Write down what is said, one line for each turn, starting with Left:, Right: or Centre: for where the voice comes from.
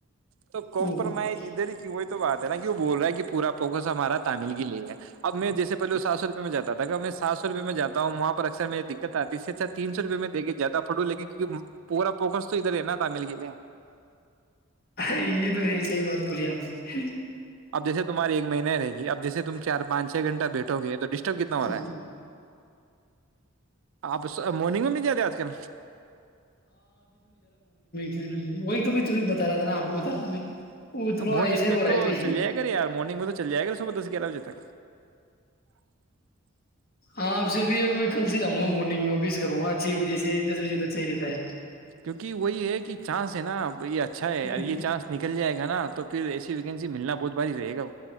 Right: تو کمپرومائز
Left: وہ
Right: ادھر ہی کی ہوئی تو بات ہے نا وہ بول رہا ہے کہ پورا فوکس ہمارا تامل کی لیے ہے اب میں جیسے پہے اسار میں جاتا تھا میں سات سو روپئے میں جاتا ہوں وہاں پر اکثر میے دقت آتی ہے سے اھا تین سو روپئے میں دےے زیادہ پٹو لیکے کیہ پورا فوکس تو ادھر ہے نا تامل کے لیے
Left: یہ تو ہے صحی بات بولی آپ نے
Right: اب جیے تمہاریے ایکہین رہ گی اب جیے تم چاران چ گھٹھ گے ڈسٹرب کتنا
Left: ٹی
Right: ہو رہا ہے آپ مارننگ میں مل جاتے آج کل
Left: ج وہی تو بھی تمہیں بتا رہا تھا نا آپ کو بتا رہ تھا میں وہ
Right: تو
Left: تھوڑا
Right: مارنگ
Left: ایسے ہی ہو
Right: میں
Left: رہا
Right: تو
Left: ہے بھی
Right: چل ج گا یارنگ میں تو چل جائے گا صبح دس گیارہ بجے <unintelligible>
Left: ہاں آپ سے اب ابھی کل سے جاں گا مارننگ میں آافس کروں گا چھ بجے سے دس بجے تک صحیح رہتا ہے
Right: کیونکہ وہی ہے کہ چانس ہے ن ب یہ اچھا ہے
Left: ہ
Right: اب یہ چانس نکل جائے گا نا آ تو پھر ایسی ویکینسی ملنا بہت باری رہے گا